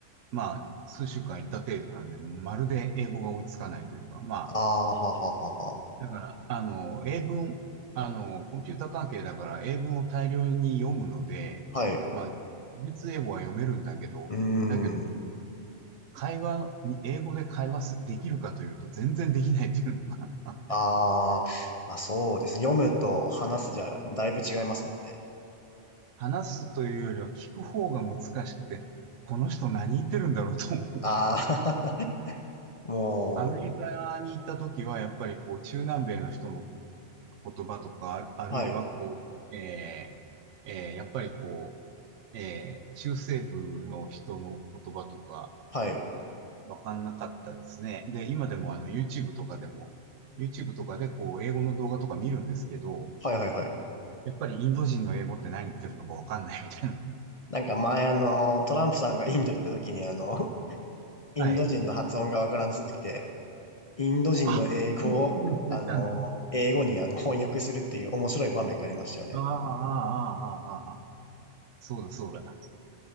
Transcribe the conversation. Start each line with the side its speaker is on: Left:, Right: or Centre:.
Right: まあ、数週間行った程度なんで、まるで英語が追いつかないというか、まあ、
Left: ああ、はははは。
Right: だから、あの、英文、あの、コンピューター関係だから英文を大量に読むので、
Left: はい。
Right: まあ、実英語は読めるんだけど、
Left: うー
Right: だけど、
Left: ん。
Right: 会話に、英語で会話す、できるかというと全然できないっていうのが <laughs> あって
Left: ああ、まあそうですね。読むと話すじゃ、だいぶ違いますもんね。
Right: 話すというよりは聞く方が難しくて、この人何言ってるんだろうと思うことがほん、
Left: ああ、<laughs> も
Right: アメリカに行った時は、やっぱりこう、中南米の人の言葉とか、あるあるいはこう、
Left: う、はい、
Right: えーえーやっぱりこう、えー中西部の人の言葉とか、
Left: はい、
Right: わかんなかったですね。で、今でもあの、YouTube とかでも、YouTube とかでこう、英語の動画とか見るんですけど、
Left: はい、はい、はい。
Right: やっぱりインド人の英語って何言ってるのかわかんないみたいな。
Left: なんか前あの、トランプさんがインド行った時にあの、インド人の発音がわからなすぎて、
Right: はい。
Left: インド人の英語を、
Right: あ、インド人の人いたんだ。
Left: あの、英語にあの翻訳するっていう面白い場面がありましたよね。
Right: ああ、ああ、ああ、ああ。そうだ、そうだ。